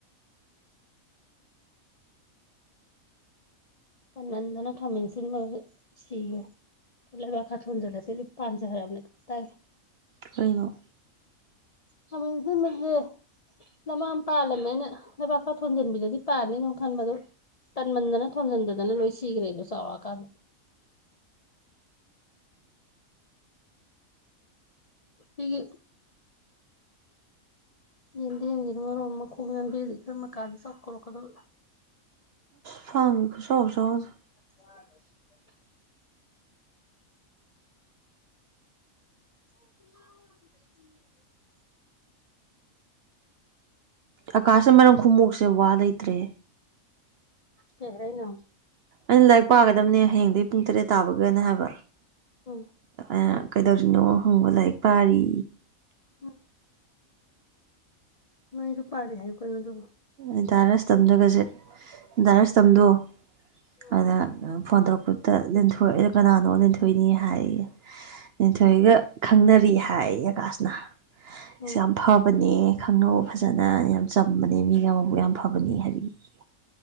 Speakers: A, on the left; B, on the right.
A: ꯄ ꯅꯟꯗꯅ ꯈꯥꯃꯦꯟꯁꯤꯕ ꯁꯤꯒ ꯀ ꯈꯥ ꯊꯣꯟꯖꯂꯦ ꯄꯥꯟꯁꯦ ꯈꯔꯅꯦ ꯇ ꯇꯥꯏ
B: ꯀꯩꯅꯣ
A: ꯁꯖ ꯃꯦ <unintelligible> ꯅꯃꯥ ꯑꯃ ꯄꯥꯜꯂꯝꯃꯦ ꯑꯩꯅ ꯂꯩꯕꯥꯛ ꯈꯔ ꯊꯣꯟꯖꯟꯕꯤꯗꯗꯤ ꯄꯥꯅꯤꯩꯅꯣ ꯈꯟꯕꯗꯣ ꯇꯟꯃꯟꯗꯅ ꯊꯣꯝꯖꯤꯟꯗꯗꯅ ꯂꯣꯏ ꯁꯤꯈ꯭ꯔꯦꯕ ꯆꯥꯎꯔꯛꯑꯀꯥꯟꯗ ꯁꯤꯒꯤ ꯌꯦꯟꯗ ꯌꯦꯦꯟꯒꯤꯅ ꯃꯔꯣ ꯃꯈꯣꯡ ꯉꯟꯕꯤꯗꯤ ꯈꯔ ꯃꯈꯥꯗꯤ ꯁꯛꯈꯧꯔꯛꯀꯗꯧ
B: ꯐꯉ ꯈꯨꯁꯨ ꯍꯧ ꯆꯥꯎꯗ
A: <inaudible> <inaudible>
B: ꯑꯀꯥꯁꯅ ꯃꯔꯝ ꯈꯃꯣꯛꯁꯦ ꯋꯥ ꯂꯩꯇ꯭ꯔꯦ
A: ꯀꯦꯔꯅꯣ
B: ꯑꯩꯅ ꯂꯥꯏꯔꯤꯛ ꯄꯥꯒꯗꯕꯅꯦ ꯍꯌꯦꯡꯗꯒꯤꯩ ꯄꯨꯡ ꯇꯔꯦꯠ ꯇꯥꯕꯒꯅ ꯍꯥꯏꯕ
A: ꯑꯥ
B: ꯩ ꯀꯩꯗꯧꯔꯤꯅꯣ ꯍꯪꯕ ꯂꯥꯏꯔꯤꯛ ꯄꯥꯔꯤ
A: ꯎ ꯅꯣꯏꯁꯨ ꯄꯥꯔꯦ ꯍꯥꯏꯌꯨ ꯀꯩꯅꯣ ꯑꯗꯨꯕꯨꯣ
B: ꯏꯟꯇꯥꯔꯁ ꯇꯝꯖꯒꯁꯦ ꯏꯟꯇꯥꯔꯁ ꯇꯝꯗꯣ
A: ꯎꯝ
B: ꯑꯗ ꯐꯣꯟ ꯇꯧꯔꯛꯄꯗꯨꯗ ꯂꯦꯟꯊꯣꯛꯑꯦ ꯀꯅꯥꯅꯣ ꯂꯦꯟꯊꯣꯛꯏꯅꯤ ꯍꯥꯏꯌꯦ ꯅꯤꯊꯣꯏꯒ ꯈꯪꯅꯔꯤ ꯍꯥꯏ ꯌꯥꯀꯥꯁꯅ
A: ꯎꯝ
B: ꯁ ꯌꯥꯝ ꯐꯕꯅꯦ ꯈꯪꯅꯧ ꯐꯖꯅ ꯌꯥꯝ ꯆꯝꯕꯅꯦ ꯃꯤ ꯎꯕꯨ ꯌꯥꯝ ꯐꯕꯅꯤ ꯍꯥꯏꯔꯤꯗꯤ